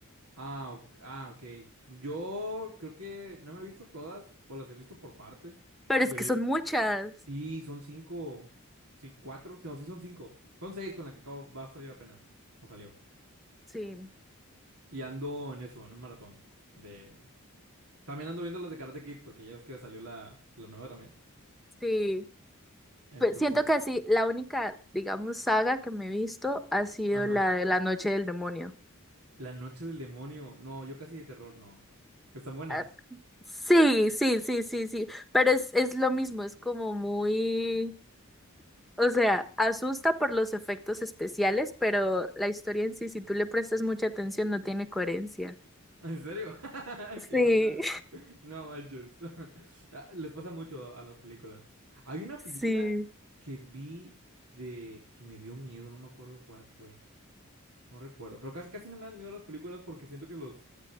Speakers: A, on the right (about 80°); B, in the centre.
A: Ah, o- ah, ok. Yo creo que no me he visto todas, o las he visto por partes.
B: pero
A: Y
B: es
A: ahorita,
B: que son muchas.
A: sí, son cinco, sí, cuatro, no, sí son cinco. Son seis con la que acabo, va a salir apenas, o salió.
B: Sí,
A: Y ando en eso, en un maratón de... También ando viendo las de Karate Kid, porque ya ves que salió la, la nueva también.
B: sí.
A: Entonces,
B: Pues siento que así, la única, digamos, saga que me he visto ha sido
A: ajá.
B: la de La Noche del Demonio.
A: La noche del demonio, no, yo casi de terror, no. ¿Están buenas?
B: Ah, Sí, sí, sí, sí, sí, pero es, es lo mismo, es como muy, o sea, asusta por los efectos especiales, pero la historia en sí, si tú le prestas mucha atención, no tiene coherencia.
A: ¿En serio? <laughs>
B: Sí,
A: ¿Qué onda? No manches. <laughs> Ah, Les pasa mucho a las películas. Hay una película
B: <laughs> sí.
A: que vi de que me dio miedo, no me acuerdo cuál fue. No recuerdo, pero casi casi no me dan miedo las películas porque siento que los